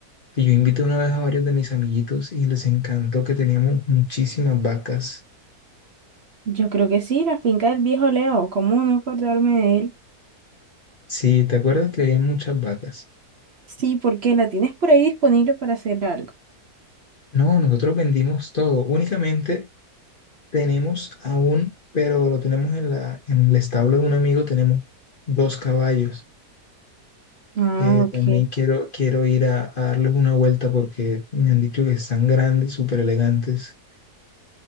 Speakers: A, on the left (about 40°); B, on the right (about 50°).
A: que yo invité una vez a varios de mis amiguitos y les encantó que teníamos muchísimas vacas
B: Yo creo que sí, la finca del viejo Leo, ¿cómo no acordarme de él?
A: Sí, ¿te acuerdas que había muchas vacas?
B: Sí, porque la tienes por ahí disponible para hacer algo.
A: No, nosotros vendimos todo. Únicamente tenemos aún, pero lo tenemos en la, en el establo de un amigo, tenemos dos caballos
B: Ah,
A: que
B: ok.
A: también quiero, quiero ir a, a darles una vuelta porque me han dicho que están grandes, súper elegantes.